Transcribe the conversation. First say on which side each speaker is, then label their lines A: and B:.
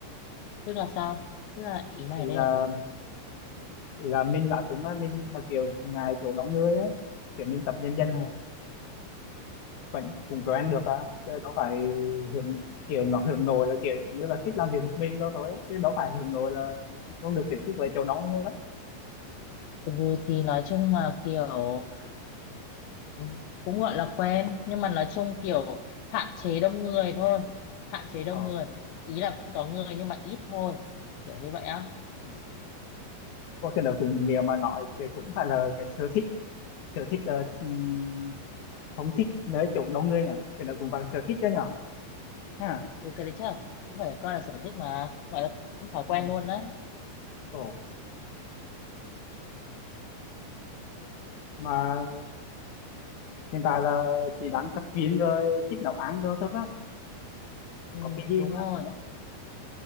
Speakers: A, on the left; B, on the left.
A: tức là sao tức là ý mày
B: thì
A: ở đây
B: là
A: là gì
B: thì là mình nói chúng là mình mà kiểu ngày chỗ đông người á kiểu mình tập dần
A: ừ.
B: dần là vẫn cũng quen được à chứ đâu phải hưởng kiểu nó hưởng nội là kiểu giống như là thích làm việc một mình đâu thôi á. chứ đâu phải hưởng nội là không được tiếp xúc với chỗ đông người lắm
A: ừ thì nói chung là kiểu
B: Ừ.
A: Ừ, cũng gọi là quen nhưng mà nói chung kiểu hạn chế đông người thôi hạn chế đông
B: ờ
A: người ý là vẫn có người nhưng mà ít thôi kiểu như vậy á
B: Ừ. có cái nào cũng nếu mà nói thì cũng phải là cái sở thích sở thích ờ, ừm, không thích nơi chỗ đông người nhỉ cái đó cũng gọi là sở thích đó nhỉ ha
A: ừ, cái đấy chắc là cũng phải coi là sở thích mà gọi là cũng thói
B: ừ.
A: quen luôn đấy
B: Ồ. mà hiện tại là chị đang tập gym rồi thích nấu ăn rồi thôi đó
A: ừ,
B: có cái gì
A: đúng
B: ngoài
A: rồi
B: cảnh không